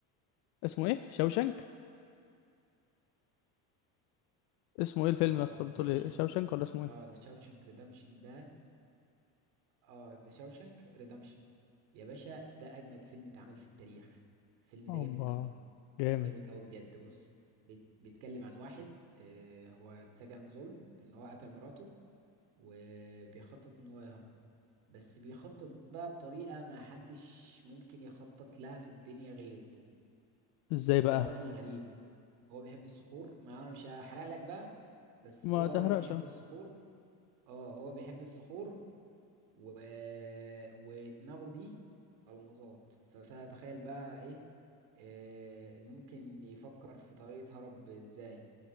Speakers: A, on the left; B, on the right.
A: اسمه ايه شوشنك اسمه ايه الفيلم
B: اه
A: يا اسطى بتقول
B: يا باشا
A: ايه شوشنك ولا اسمه ايه
B: اه ذا تشاوشنج ريدمشن ده اه ذا تشاوشنج ريدمشن يا باشا ده اجمد فيلم اتعمل في التاريخ الفيلم ده
A: اوبا
B: جامد قوي
A: جامد
B: جامد قوي بجد بص بيت- بيتكلم عن واحد آه، هو اتسجن ظلم في ان هو قتل مراته وبيخطط ان هو يهرب بس بيخطط بقى بطريقة ما حدش ممكن يخطط لها في الدنيا غيره
A: ازاي بقى
B: هو راجل غريب هو بيحب الصخور ما انا مش هحرق لك بقى بس
A: ما
B: هو
A: تحرقش
B: راجل بيحب
A: أهو.
B: الصخور اه هو بيحب الصخور و... ودماغه دي المظات ف- فتخيل بقى ايه آه، ممكن يفكر في طريقة هرب ازاي